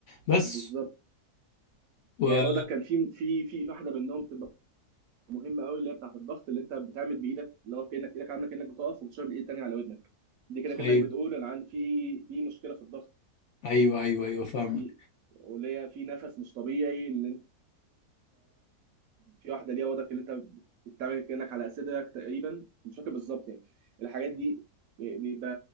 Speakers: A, on the left; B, on the right.
A: بس
B: بالظبط
A: و...
B: يعني برضه كان في في في واحده منهم تبقى مهمه قوي اللي هي بتاعت الضغط اللي انت بتعمل بايدك اللي هو كانك ايدك عامله كانك بتقف وبتشرب الايد التانيه على ودنك دي كده كانك
A: ايوه
B: بتقول انا عندي في في مشكله في الضغط
A: ايوه ايوه
B: يعني
A: ايوه
B: دي,
A: فاهمك
B: دي واللي هي في نفس مش طبيعي اللي انت في واحده ليها وضعك اللي انت بتعمل كانك على صدرك تقريبا مش فاكر بالظبط يعني الحاجات دي بيبقى